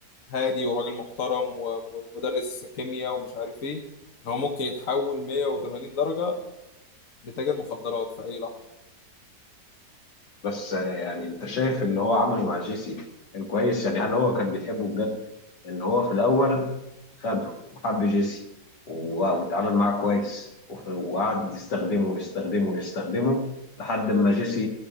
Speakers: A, on the left; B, on the left.
A: هادي وراجل محترم ومدرس كيمياء ومش عارف ايه ان هو ممكن يتحول 180 درجة لتاجر مخدرات في اي لحظة
B: بس آه، يعني انت شايف اللي هو عمله مع جيسي كان كويس يعني هل هو كان بيحبه بجد ان هو في الاول خده وحب جيسي و- واتعامل معاه كويس وف- وقعد يستخدمه ويستخدمه ويستخدمه لحد ما جيسي